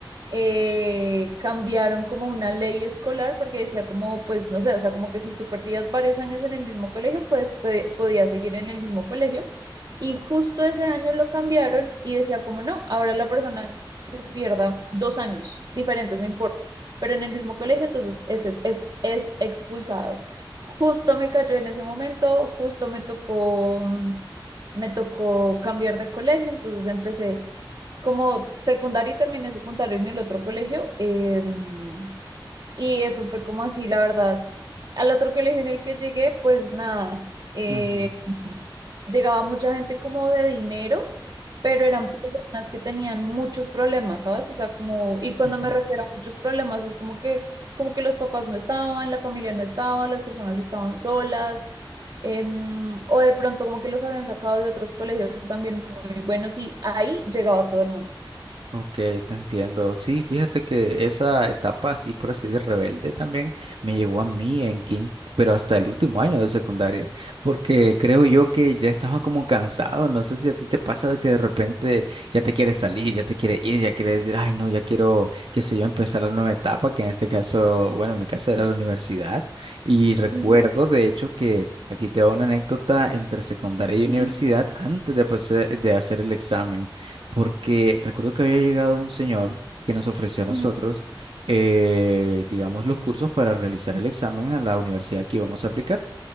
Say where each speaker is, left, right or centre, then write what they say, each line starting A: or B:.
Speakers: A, on the right; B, on the right.
A: eh, cambiaron como una ley escolar porque decía como, pues no sé, o sea, como que si tú perdías varios años en el mismo colegio, pues pe- podías seguir en el mismo colegio. Y justo ese año lo cambiaron y decía como, no, ahora la persona que pierda dos años diferentes, no importa, pero en el mismo colegio, entonces es, es, es expulsado. Justo me cayó en ese momento, justo me tocó, mm, me tocó cambiar de colegio, entonces empecé como secundaria y terminé secundaria en el otro colegio. em, y eso fue como así, la verdad. Al otro colegio en el que llegué, pues nada, eh,
B: <laughs>
A: llegaba mucha gente como de dinero, pero eran personas que tenían muchos problemas, ¿sabes? O sea, como, y cuando
B: Ok.
A: me refiero a muchos problemas, es como que, como que los papás no estaban, la familia no estaba, las personas estaban solas, em, o de pronto como que los habían sacado de otros colegios también muy buenos y ahí llegaba todo el mundo.
B: Ok, te entiendo. Sí, fíjate que esa etapa así, por así de rebelde también me llegó a mí en quinto, pero hasta el último año de secundaria, porque creo yo que ya estaba como cansado. No sé si a ti te pasa de que de repente ya te quieres salir, ya te quieres ir, ya quieres decir, ay, no, ya quiero, qué sé yo, empezar la nueva etapa, que en este caso, bueno, en mi caso era la universidad. Y recuerdo,
A: Ujú,
B: de hecho, que aquí te hago una anécdota entre secundaria y universidad
A: ujú,
B: antes de, pase- de hacer el examen porque recuerdo que había llegado un señor que nos ofreció a nosotros,
A: ujú,
B: eh, digamos, los cursos para realizar el examen a la universidad que íbamos a aplicar.